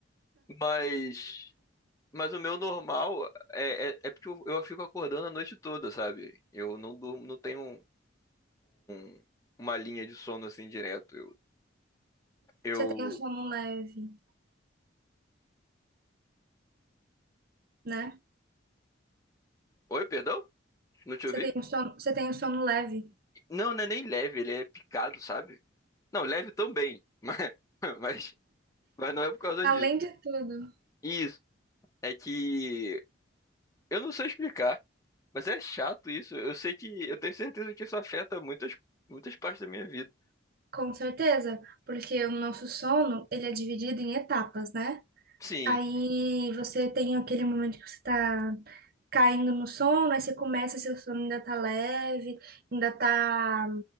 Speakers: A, on the left; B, on the right.
A: Mas, mas o meu normal é, é, é porque eu, eu fico acordando a noite toda, sabe? Eu não durmo, não tenho um, um- uma linha de sono assim direto. Eu, eu...
B: Você tem um sono leve, né?
A: Oi, perdão? Não te
B: Você
A: ouvi?
B: tem um sono, você tem um sono leve.
A: Não, não é nem leve, ele é picado, sabe? Não, leve também, <laughs> mas, mas, mas não é por causa
B: Além
A: disso.
B: de tudo,
A: Isso. É que eu não sei explicar, mas é chato isso. Eu sei que eu tenho certeza que isso afeta muitas muitas partes da minha vida.
B: com certeza, porque o nosso sono, ele é dividido em etapas, né?
A: Sim,
B: Aí você tem aquele momento que você tá caindo no sono, aí você começa, seu sono ainda tá leve, ainda tá